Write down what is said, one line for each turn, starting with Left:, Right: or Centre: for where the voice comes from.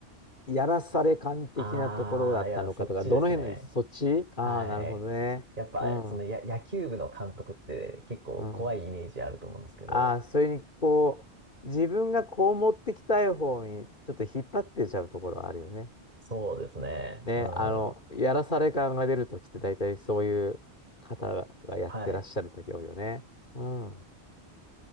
Left: やらされ感的なところだったのかとか、
Right: あー、いや、そっちですね。
Left: どの辺の、そっちああー、
Right: はい。
Left: なるほどね。
Right: やっぱ、
Left: うん、
Right: そのや、
Left: う
Right: 野球部の監督って結構怖いイメージあると思うんですけど、
Left: ん。ああ、それに、こう、自分がこう持ってきたい方に、ちょっと引っ張ってちゃうところはあるよね。
Right: そうですね。
Left: ね、
Right: うん。
Left: あの、やらされ感が出るときって、大体そういう方がやってらっしゃるとき多いよね。
Right: はい。
Left: うん。